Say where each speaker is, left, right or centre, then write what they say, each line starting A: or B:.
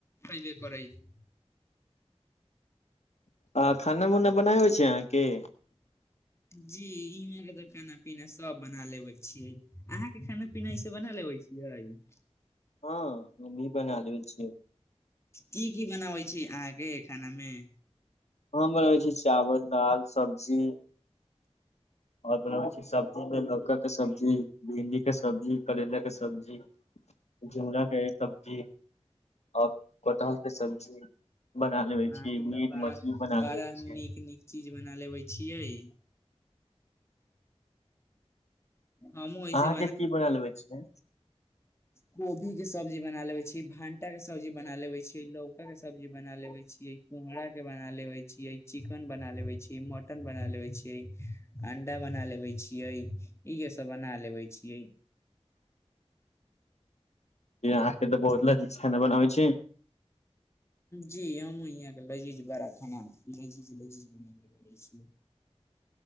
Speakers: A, on the left; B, on the left.
A: खैबे करे छै।
B: आ खाना उना बना छै अहाँकेँ।
A: जी इह मे खाना पीना सभ बना लेवे छीये आहेँकेँ खाना पीना इस बना लेवे छी। इ।
B: हँ, भी बना छै।
A: की की बनाबै छै, अहाँकेँ खानामे।
B: हम बनबै छी चावल दाल सब्जी। आओर बनाबै छी, सब्जीमे लौकाके सब्जी भिंडीके सब्जी करैलाके सब्जी। झिमरााके सब्जी आओर कोटहलके सब्जी। बना लेबे
A: अहाँकेँ
B: छी मीट
A: तऽ बड़ा
B: मछली बना
A: बड़ा
B: लेबे छी
A: नीक नीक चीज बना लेबे छियै। हमहुँ ऐसे
B: अहाँकेँ की बना लेबै छियै।
A: कोभीके सब्जी बना ले छीयै भानटाके सब्जी बना ले छी लौकाके सब्जी बना लेबे छीयै। कोहरााके बना लेवे छी चिकन बनाे छै। मटन बना लेवे छीयै अंडा बना लेवे छीयै। इहे सभ बना लेवे छिये।
B: जे अहाँकेँ तऽ बहुत ल जीज खाना बनाबै
A: जी हमहु यहाँके लजीज बड़ा खाना लजीज लजीज बनाे छियै।